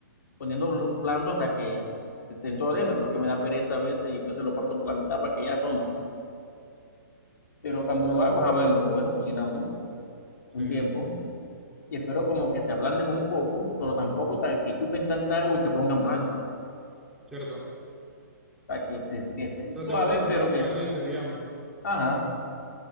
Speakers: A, on the left; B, in the centre.
A: poniendo bl- blando hasta que estén todo adentro, porque me da pereza a veces y entonces lo parto por la mitad para que ya toma. Pero cuando
B: Tú,
A: lo
B: s-
A: hago, ah, bueno, lo dejo cocinando
B: sí,
A: un tiempo y espero como que se ablanden un poco, pero tampoco tan que chupen tanta agua y se pongan blancos.
B: cierto.
A: sea, que, se, que estén
B: O sea,
A: suaves,
B: te gustan al,
A: pero
B: de-
A: que,
B: al dente, digamos.
A: ajá,